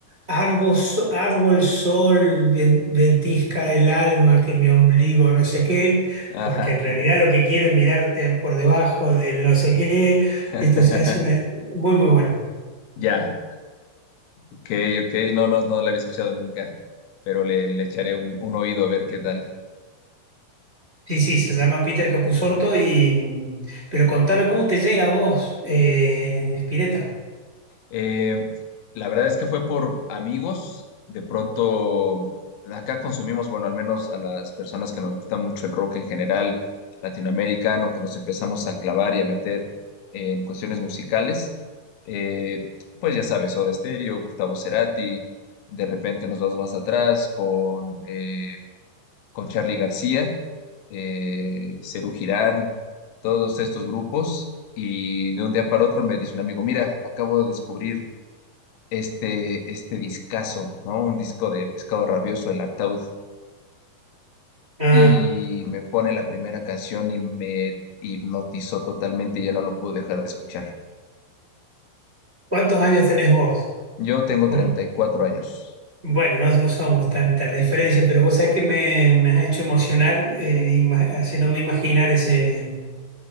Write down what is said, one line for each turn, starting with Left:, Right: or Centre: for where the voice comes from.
Right: árbol, so- árbol, sol, ven- ventisca del alma, que mi ombligo no sé qué,
Left: ajá.
Right: porque en realidad lo que quiero es mirarte por debajo del no sé qué,
Left: <laughs>
Right: esto se hace una- muy, muy bueno.
Left: Ya, ok, ok, no, no, no la había escuchado nunca, pero le, le echaré un, un oído a ver qué tal.
Right: Sí, sí, se llama Peter Capusotto y... Pero contame cómo te llega a vos, eh, Spinetta.
Left: Eh, la verdad es que fue por amigos. De pronto, acá consumimos, bueno, al menos a las personas que nos gusta mucho el rock en general, latinoamericano, que nos empezamos a clavar y a meter en cuestiones musicales. Eh, pues ya sabes, Soda Stereo, Gustavo Cerati, de repente nos vamos más atrás con, eh, con Charly García, eh, Serú Girán, todos estos grupos. Y de un día para otro me dice un amigo, mira, acabo de descubrir este, este discazo, ¿no? Un disco de Pescado Rabioso, El Artaud,
Right: Ah,
Left: y me pone la primera canción y me hipnotizó totalmente y ya no lo pude dejar de escuchar.
Right: ¿cuántos años tenés vos?
Left: Yo tengo
Right: Por-
Left: 34 años.
Right: Bueno, no, no somos tanta la diferencia, pero vos sabés que me, me has hecho emocionar eh, ima- haciéndome imaginar ese,